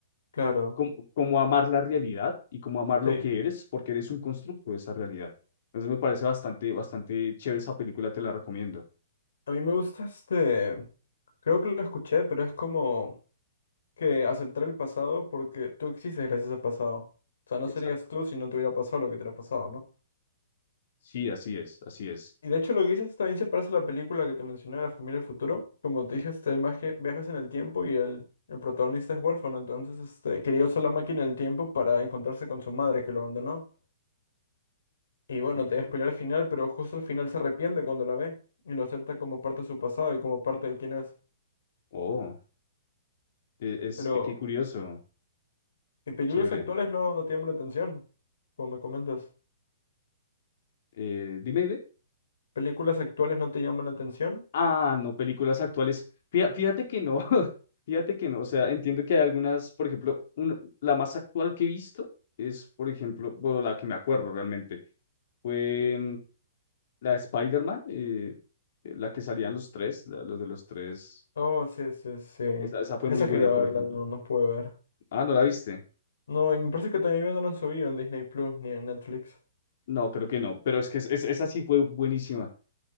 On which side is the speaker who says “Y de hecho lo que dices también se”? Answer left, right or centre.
Left